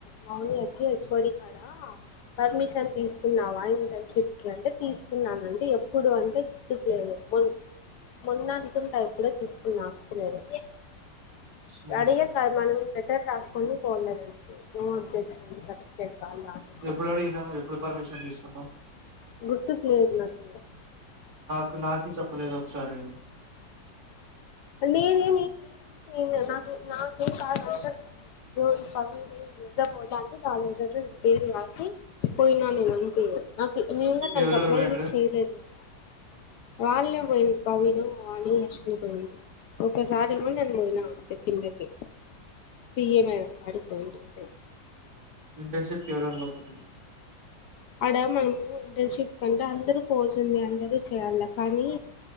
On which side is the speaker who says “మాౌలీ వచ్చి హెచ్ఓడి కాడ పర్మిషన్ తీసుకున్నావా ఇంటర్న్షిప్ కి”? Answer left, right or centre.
Left